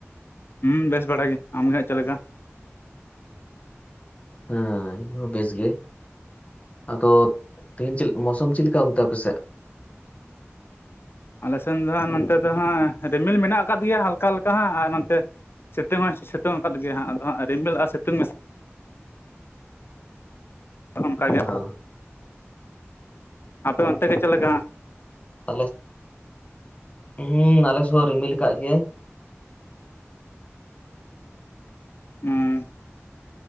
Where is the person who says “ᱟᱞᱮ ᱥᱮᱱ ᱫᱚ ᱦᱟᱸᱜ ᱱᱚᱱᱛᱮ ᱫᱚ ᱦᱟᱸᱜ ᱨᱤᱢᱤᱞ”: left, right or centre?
Left